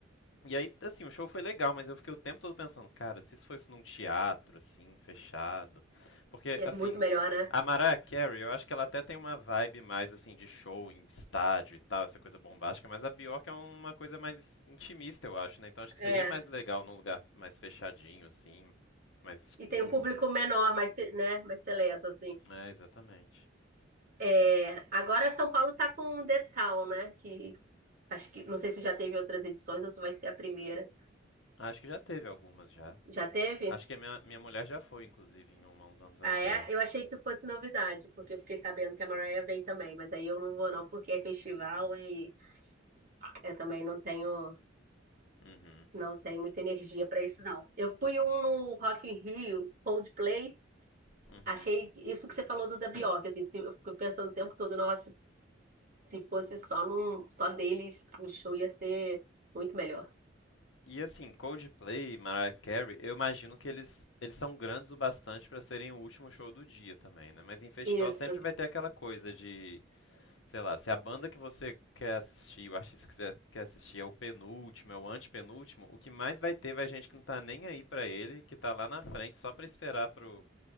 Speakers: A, on the left; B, on the right.
A: E aí, assim, o show foi legal, mas eu fiquei o tempo todo pensando, cara, se isso fosse num teatro, assim, fechado. Porque,
B: E
A: assim,
B: é muito melhor, né?
A: a Mariah Carey, eu acho que ela até tem uma vibe mais, assim, de show em estádio e tal, essa coisa bombástica, mas a Bjork é uma coisa mais intimista, eu acho, né? Então acho que
B: É.
A: seria mais legal num lugar mais fechadinho, assim, mais escuro.
B: E tem um público menor, mais, se- né, mais seleto, assim.
A: É, exatamente.
B: É, agora São Paulo tá com o The Town, né? Que acho que não sei se já teve outras edições ou se vai ser a primeira.
A: Acho que já teve algumas já.
B: Já teve?
A: Acho que a minha, minha mulher já foi, inclusive, em uma uns anos
B: Ah,
A: atrás.
B: é? Eu achei que fosse novidade, porque eu fiquei sabendo que a Mariah vem também, mas aí eu não vou não, porque é festival e eu também não tenho
A: Uhum,
B: não tenho muita energia pra isso não. Eu fui um no Rock in Rio, Coldplay,
A: uhum.
B: achei isso que você falou do da Bjork, assim, se- eu fico pensando o tempo todo, nossa, se fosse só num só deles, o show ia ser muito melhor.
A: E assim, Coldplay, Mariah Carey, eu imagino que eles, eles são grandes o bastante pra serem o último show do dia também, né? Mas em festival
B: Isso.
A: sempre vai ter aquela coisa de, sei lá, se a banda que você quer assistir, o artista que você quer assistir é o penúltimo, é o antepenúltimo, o que mais vai ter vai gente que não tá nem aí pra ele, que tá lá na frente só pra esperar pro,